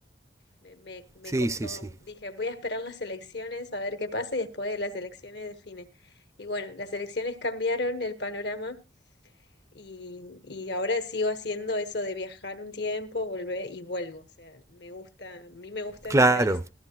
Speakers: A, on the left; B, on the right.
A: me, me, me
B: Sí,
A: costó,
B: sí, sí.
A: dije, voy a esperar las elecciones a ver qué pasa y después de las elecciones define. Y bueno, las elecciones cambiaron el panorama y, y ahora sigo haciendo eso de viajar un tiempo, volver y vuelvo. O sea, me gusta, a mí me gusta
B: Claro.
A: mi país